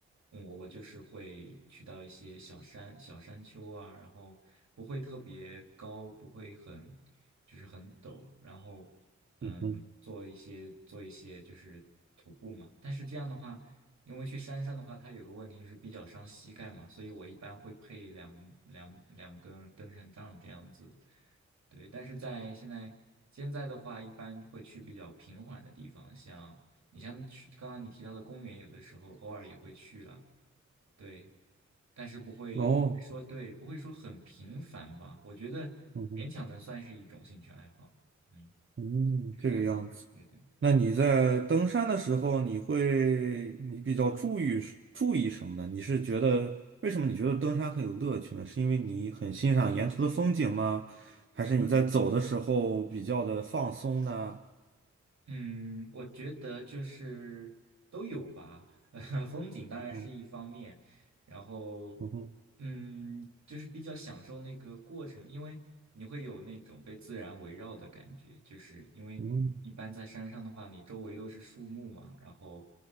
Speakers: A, on the right; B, on the right.
A: 嗯我我就是会去到一些小山小山丘啊，然后不会特别高，不会很就是很陡，然后嗯做一些做一些就是徒步嘛。
B: 嗯哼。
A: 但是这样的话。因为去山上的话，它有个问题就是比较伤膝盖嘛，所以我一般会配两两两根登山杖这样子。对，但是在现在现在的话，一般会去比较平缓的地方，像你像去刚刚你提到的公园，有的时候偶尔也会去了，对，但是不会不会说对，
B: 哦，
A: 不会说很频繁吧？我觉得勉强能算是一种兴趣爱好，
B: 嗯
A: 嗯，
B: 嗯，
A: 是这样，
B: 这个样子。
A: 对对。
B: 那你在登山的时候，你会你比较注意注意什么呢？你是觉得为什么你觉得登山很有乐趣呢？是因为你很欣赏沿途的风景吗？还是你在走的时候比较的放松呢？
A: 嗯。嗯，我觉得就是都有吧，<laughs> 风景当然是一方面，
B: 嗯
A: 然后
B: 嗯哼
A: 嗯，就是比较享受那个过程，因为你会有那种被自然围绕的感觉，就是因为一般在山上的话，
B: 嗯
A: 你周围都是树木嘛，然后